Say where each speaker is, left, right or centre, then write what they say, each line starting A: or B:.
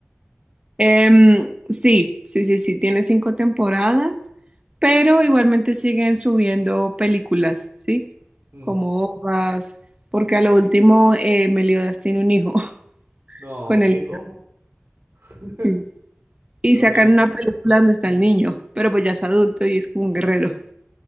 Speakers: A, on the right; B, on the right.
A: Em, sí, sí, sí, sí, tiene cinco temporadas, pero igualmente siguen subiendo películas, ¿sí?
B: Mm,
A: Como Hojas, porque a lo último eh, Meliodas tiene un hijo <laughs>
B: no,
A: con el
B: ¿qué? Bueno, ¿Cómo? <laughs>
A: sí. Y
B: ¿Con
A: sacan
B: quién?
A: una película donde está el niño, pero pues ya es adulto y es como un guerrero.